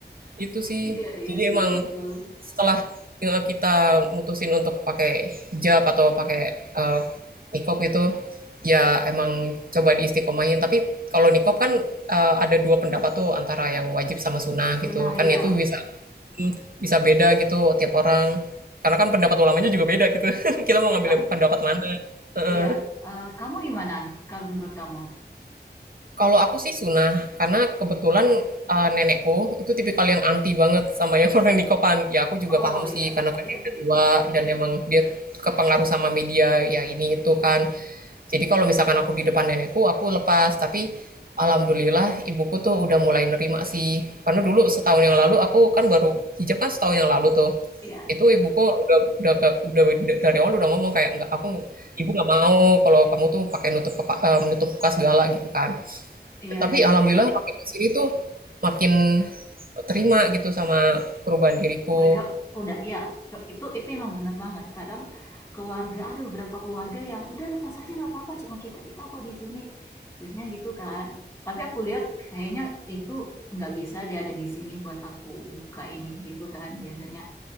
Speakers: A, on the right (about 55°); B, on the left (about 15°).
A: Itu sih,
B: iya, iya
A: jadi
B: sih,
A: emang
B: betul.
A: setelah, eee, kita mutusin untuk pakai hijab atau pakai, eee, niqab itu, ya emang coba diistiqomahin, tapi kalau niqab kan, eee, ada 2 pendapat tuh antara yang wajib sama sunnah
B: Sunnah,
A: gitu, kan
B: iya,
A: itu bisa mhm, bisa beda gitu tiap orang, karena kan pendapat ulamanya juga beda gitu, <laughs> kita mau
B: iya,
A: ngambil
B: Kak,
A: pendapat mana, heeh.
B: iya. eh, kamu gimana kalau menurut kamu?
A: Kalau aku sih sunah, karena kebetulan, eee, nenekku itu tipikal yang anti banget sama yang <laughs> orang nikopan. Ya aku juga
B: Oh,
A: paham
B: iya,
A: sih, karena kan
B: iya,
A: dia udah tua dan emang dia kepengaruh sama media, ya ini itu kan. Jadi kalau misalkan aku di depan nenekku, aku lepas, tapi alhamdulillah ibuku tuh udah mulai nerima sih. Karena dulu setahun yang lalu aku kan baru hijab kan setahun yang lalu tuh,
B: iya,
A: itu ibuku udah udah udah dari awal udah ngomong kayak, "Nggak, aku ibu nggak mau kalau kamu tuh pakai nutup kepa eee, menutup muka segala," gitu kan.
B: iya,
A: Tapi
B: iya,
A: alhamdulillah
B: iya, iya.
A: makin kesini tuh makin terima gitu sama perubahan diriku.
B: Mereka udah ya, itu itu emang bener banget. Kadang keluarga ada beberapa keluarga yang udah lepas aja nggak apa-apa, cuma kita kita kok di sini. Biasanya gitu kan. Tapi aku lihat kayaknya itu nggak bisa dia ada di sini buat aku buka ini gitu kan biasanya.